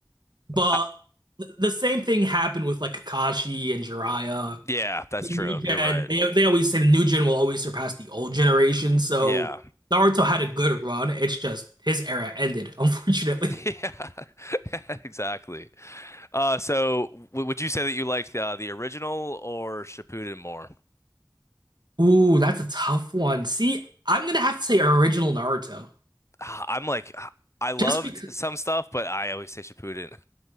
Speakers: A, on the right; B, on the left.
A: But
B: I,
A: th- the same thing happened with like Kakashi and Jiraiya.
B: Yeah, that's
A: The new
B: true.
A: gen,
B: You're right.
A: they they always say the new gen will always surpass the old generation. So
B: Yeah. <laughs>
A: Naruto had a good run. It's just his era ended, unfortunately.
B: Yeah. <laughs> Exactly. Uh, so w would you say that you liked the, the original or Shippuden more?
A: <laughs> Ooh, that's a tough one. See, I'm gonna have to say original Naruto.
B: Ah, I'm like ah, I loved
A: Just because,
B: some stuff, but I always say Shippuden.